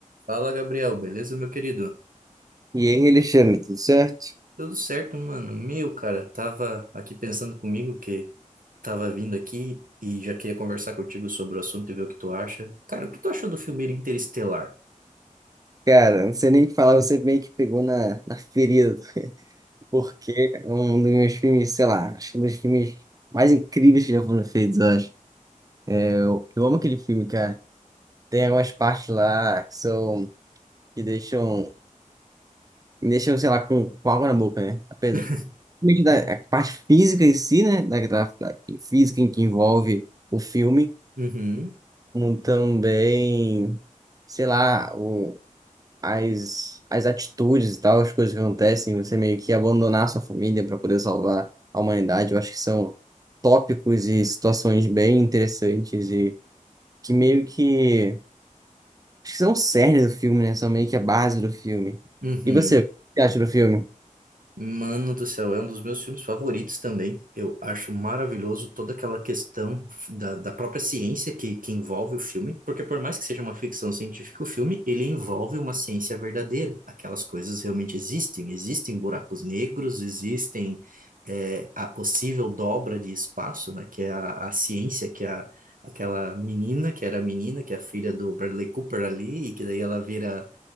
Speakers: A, on the right; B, on the right.
A: Fala, Gabriel, beleza, meu querido?
B: E aí, Alexandre, tudo certo?
A: Tudo certo, mano? Meu, cara, tava aqui pensando comigo que tava vindo aqui e já queria conversar contigo sobre o assunto e ver o que tu acha. Cara, o que tu achou do filme Interestelar?
B: Cara, não sei nem o que falar, você meio que pegou na, na ferida, porque é um dos meus filmes, sei lá, acho que é um dos filmes mais incríveis que já foram feitos, eu acho. Eu, eu amo aquele filme, cara. Tem algumas partes lá que são, que deixam, me deixam, sei lá, com, com água na boca, né? Apesar
A: <laughs>
B: meio que da a parte física em si, né? Da, da, da física em que envolve o filme,
A: Uhum,
B: como também, sei lá, o as, as atitudes e tal, as coisas que acontecem, você meio que abandonar sua família para poder salvar a humanidade, eu acho que são tópicos e situações bem interessantes e que meio que, acho que são o cerne do filme, né? São meio que a base do filme.
A: uhum.
B: E você, o que você acha do filme?
A: Mano do céu, é um dos meus filmes favoritos também. Eu acho maravilhoso toda aquela questão da, da própria ciência que, que envolve o filme, porque por mais que seja uma ficção científica, o filme ele envolve uma ciência verdadeira. Aquelas coisas realmente existem, existem buracos negros, existem é, a possível dobra de espaço, né? Que é a, a ciência, que é a, aquela menina que era a menina, que é a filha do Bradley Cooper ali, e que daí ela vira